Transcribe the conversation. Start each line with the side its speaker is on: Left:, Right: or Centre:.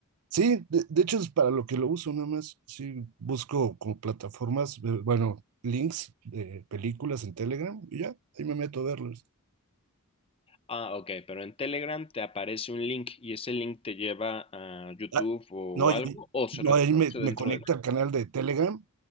Right: sí, de, de hecho es para lo que lo uso nada más. Sí, busco como plataformas, eh, bueno, links de películas en Telegram y ya, ahí me meto a verlos.
Left: Ah, ok, pero en Telegram te aparece un link y ese link te lleva a YouTube
Right: Ah,
Left: o
Right: no, y-
Left: algo o se
Right: no,
Left: reproduce
Right: ahí me, me
Left: dentro
Right: conecta
Left: de...
Right: al canal de Telegram